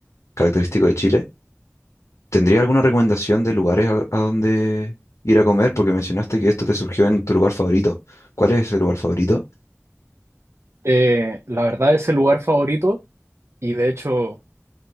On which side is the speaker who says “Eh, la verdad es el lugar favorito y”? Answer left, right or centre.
Right